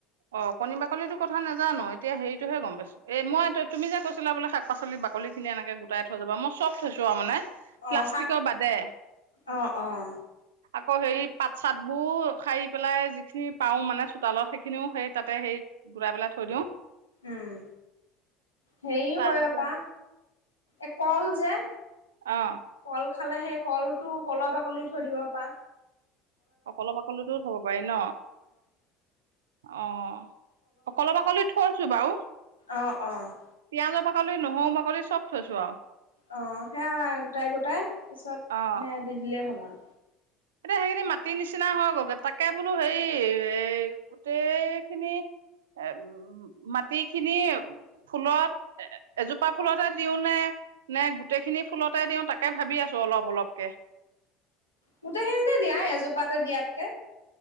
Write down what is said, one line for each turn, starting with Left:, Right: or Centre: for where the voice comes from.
Right: অ কণী বাকলিটো কথা নাজানো এতিয়া হেৰিটোহে গম পাইছো এ এই মই তুমি যে কৈছিলা বোলে শাক পাচলি বাকলিখিনি এনেকে গোটাই থৈ যাবা মই চব থৈছো আও মানে প্লাষ্টিকৰ
Left: অ শাক
Right: বাদে।
Left: অহ অহ
Right: আকৌ হেৰি পাত চাতবোৰ সাৰি পেলাই যিখিনি পাও মানে চোতালৰ সেই সেখিনিও সেই তাতে সেই গোটাই পেলাই থৈ দিও
Left: উম হেৰিও
Right: তাৰপিছত
Left: কৰিব পা এ কল যে
Right: অহ
Left: কল খালে সেই কল টো কলৰ বাকলি থৈ দিব পা
Right: অ কলা বাকলিতো থব পাৰি ন অ অ কলা বাকলিও থৈছো বাও
Left: অ', অ'।
Right: পিয়াজৰ বাকলি বাকলি নহও বাকলি চব থৈছো আও
Left: অ সেয়া গোটাই গোটাই পিছত
Right: অ
Left: সেয়া দি দিলেই হ'ল আৰু
Right: এতিয়া সেইখিনি মাটি নিচিনা হৈ গল তাকে বোলো হেৰি এ গোটেই খিনি এ মাটি খিনি ফুলত এ এজোপা ফুলতে দিও নে নে গোটেইখিনি ফুলতে দিওঁ তাকে ভাবি আছো অলপ অলপকে
Left: গোটেইখিনিতে দিয়াই এজোপাতে দিয়াতকে